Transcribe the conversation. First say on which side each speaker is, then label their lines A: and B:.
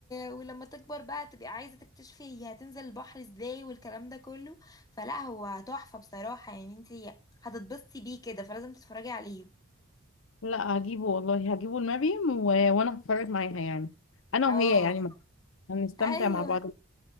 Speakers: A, on the left; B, on the left.
A: ولما تكبر بقى تبقي عايزه تكتشفي هي هتنزل البحر ازاي والكلام ده كله فلا هو تحفه بصراحه يعني انت هتتبسطي بيه كده فلازم تتفرجي عليه
B: لا هجيبه والله هجيبه المريم و... وانا هتفرج معاها يعني انا
A: اه
B: وهي يعني ما- هنستمتع
A: ايوه
B: مع بعض